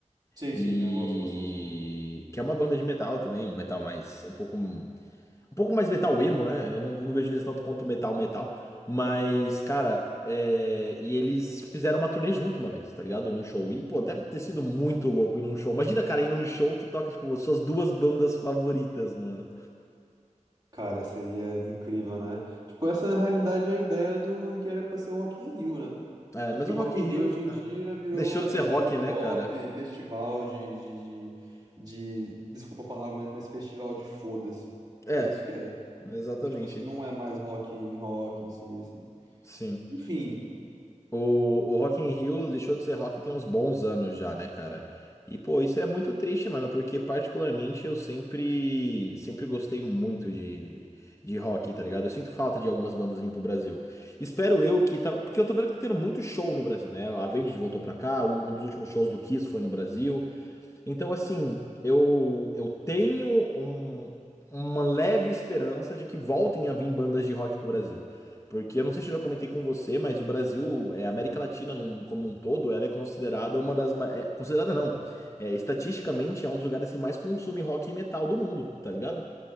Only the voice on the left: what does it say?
E
que é uma banda de metal também, um metal mais um pouco um pouco mais metal emo, né? Eu não, não vejo eles tanto quanto metal metal. Mas, cara, é, e eles fizeram uma turnê junto uma vez, tá ligado? Um show. E, pô,
deve ter sido muito louco ir num show. Imagina, cara, ir num show que toca, tipo, suas duas bandas favoritas, mano.
É,
mas
o
Rock
in Rio,
ah,
deixou
de
ser rock, né,
cara?
É,
exatamente.
Sim.
O, o Rock in Rio deixou de ser rock tem uns bons anos já, né, cara? E, pô, isso é muito triste, mano, porque particularmente eu sempre, sempre gostei muito de, de rock, tá ligado? Eu sinto falta de algumas bandas vir pro Brasil. Espero eu que tá, porque eu tô vendo que tá tendo muito show no Brasil, né? A Avenged voltou pra cá, um um dos últimos shows do Kiss foi no Brasil. Então, assim, eu, eu tenho um- uma leve esperança de que voltem a vir bandas de rock pro Brasil. Porque eu não sei se eu já comentei com você, mas o Brasil, é, a América Latina num- como um todo, ela é considerada uma das. ma- É, considerada não. É, estatisticamente é um dos lugares que mais consome rock e metal do mundo, tá ligado?